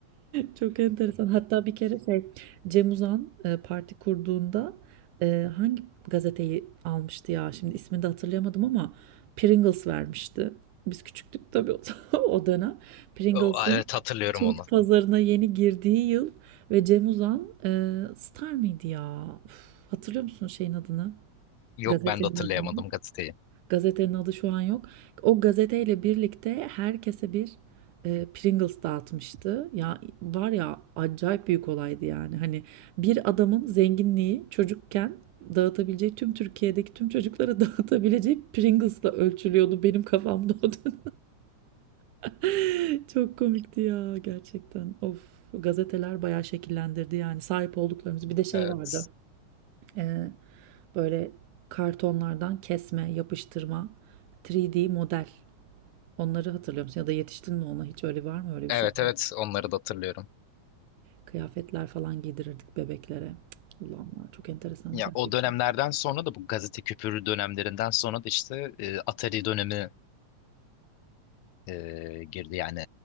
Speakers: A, on the right; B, on the left.
A: Çok enteresan. Hatta bir kere şey Cem Uzan e, parti kurduğunda e, hangi gazeteyi almıştı ya? Şimdi ismini de hatırlayamadım ama Pringles vermişti. Biz küçüktük tabii o, <laughs> o dönem. Pringles'ın
B: O- Evet hatırlıyorum
A: Türk
B: onu.
A: pazarına yeni girdiği yıl ve Cem Uzan e, Star mıydı ya? Uf, hatırlıyor musun şeyin adını?
B: Yok
A: Gazetenin
B: ben de hatırlayamadım
A: adını.
B: gazeteyi.
A: Gazetenin adı şu an yok. O gazeteyle birlikte herkese bir e, Pringles dağıtmıştı. Ya var ya acayip büyük olaydı yani. Hani bir adamın zenginliği çocukken dağıtabileceği tüm Türkiye'deki tüm çocuklara <laughs> dağıtabileceği Pringles'la ölçülüyordu benim kafamda o dönem. <laughs> Çok komikti ya gerçekten. Of gazeteler bayağı şekillendirdi yani sahip olduklarımız. Bir de şey
B: Evet.
A: vardı. e, böyle kartonlardan kesme, yapıştırma, 3D model. Onları hatırlıyor musun? Ya da yetiştin mi ona? Hiç öyle var mı öyle
B: Evet
A: bir şey?
B: evet onları da hatırlıyorum.
A: Kıyafetler falan giydirirdik bebeklere. Cık, Allah'ım ya çok enteresandı
B: Ya
A: gerçekten.
B: o dönemlerden sonra da bu gazete küpürü dönemlerinden sonra da işte e, Atari dönemi e, girdi yani